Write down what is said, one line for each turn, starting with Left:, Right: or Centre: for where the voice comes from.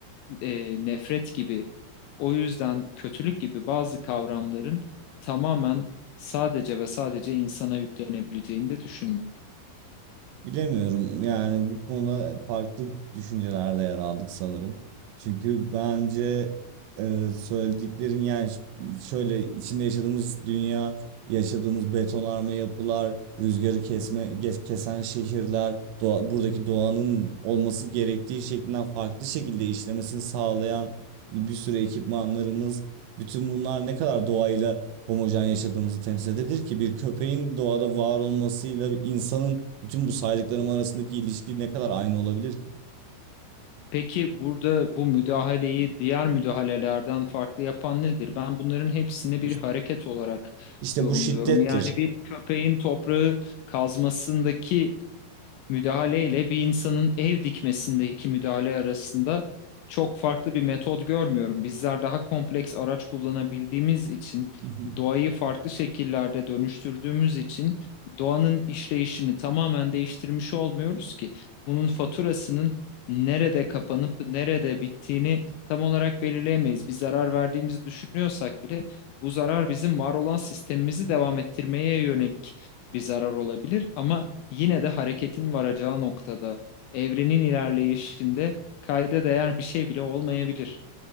Left: e, nefret gibi, o yüzden kötülük gibi bazı kavramların tamamen sadece ve sadece insana yüklenebileceğini de düşünmüyorum.
Right: Bilemiyorum yani bu konuda farklı düşüncelerde yer aldık sanırım. Çünkü bence e, söylediklerin yani ş- şöyle içinde yaşadığımız dünya, yaşadığımız betonarme yapılar, rüzgarı kesme ge- kesen şehirler, doğa, buradaki doğanın olması gerektiği şeklinden farklı şekilde işlemesini sağlayan bir sürü ekipmanlarımız, bütün bunlar ne kadar doğayla homojen yaşadığımızı temsil edebilir ki bir köpeğin doğada var olmasıyla bir insanın bütün bu saydıklarım arasındaki ilişki ne kadar aynı olabilir ki?
Left: Peki burada bu müdahaleyi diğer müdahalelerden farklı yapan nedir? Ben bunların hepsini bir
Right: <laughs>
Left: hareket olarak
Right: İşte
Left: yorumluyorum.
Right: bu şiddettir.
Left: Yani bir köpeğin toprağı kazmasındaki müdahaleyle bir insanın ev dikmesindeki müdahale arasında çok farklı bir metot görmüyorum. Bizler daha kompleks araç kullanabildiğimiz için,
Right: <laughs>
Left: doğayı farklı şekillerde dönüştürdüğümüz için doğanın işleyişini tamamen değiştirmiş olmuyoruz ki. Bunun faturasının nerede kapanıp nerede bittiğini tam olarak belirleyemeyiz. Bir zarar verdiğimizi düşünüyorsak bile bu zarar bizim var olan sistemimizi devam ettirmeye yönelik bir zarar olabilir ama yine de hareketin varacağı noktada, evrenin ilerleyişinde kayda değer bir şey bile olmayabilir.